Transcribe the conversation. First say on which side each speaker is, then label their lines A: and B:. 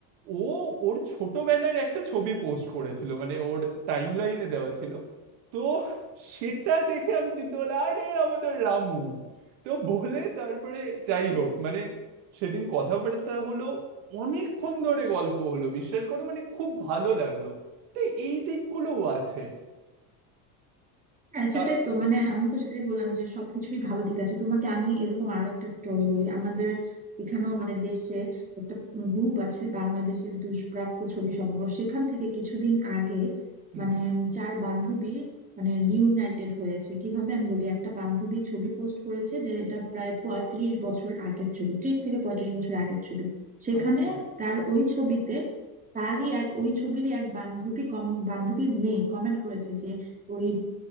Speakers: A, on the right (about 70°); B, on the right (about 20°).
A: ও ওর ছোটবেলার একটা ছবি পোস্ট করেছিল মানে ওর টাইম লাইনে দেওয়া ছিল তো সেটা দেখে আমি চিনতে পারলাম আরে আমাদের রামু তো বলে তারপরে যাই হোক মানে সেদিন কথাবার্তা হলো অনেকক্ষণ ধরে গল্প হলো বিশ্বাস করো মানে খুব ভালো লাগলো তো এই দিকগুলোও আছে
B: হ্যাঁ
A: তা
B: সেটাই তো মানে আমি তো সেটাই বললাম যে সবকিছুরই ভালো দিক আছে তোমাকে আমি এরকম আরো একটা স্টোরি বলি আমাদের এখানেও মানে দেশে একটা গ্রুপ আছে বাংলাদেশের দুষ্প্রাপ্য ছবি সমগ্র সেখান থেকে কিছুদিন আগে
A: হুম
B: মানে
A: হুম
B: চার বান্ধবী মানে রিউনাইটেড হয়েছে কিভাবে আমি বলি একটা বান্ধবী ছবি পোস্ট করেছে যে এটা প্রায় পঁয়ত্রিশ বছর আগের ছবি ত্রিশ থেকে পঁয়ত্রিশ বছর আগের ছবি সেখানে
A: আচ্ছা
B: তার ওই ছবিতে তারই এক ওই ছবিরই এক বান্ধবী কম বান্ধবীর মেয়ে কমেন্ট করেছে যে ওই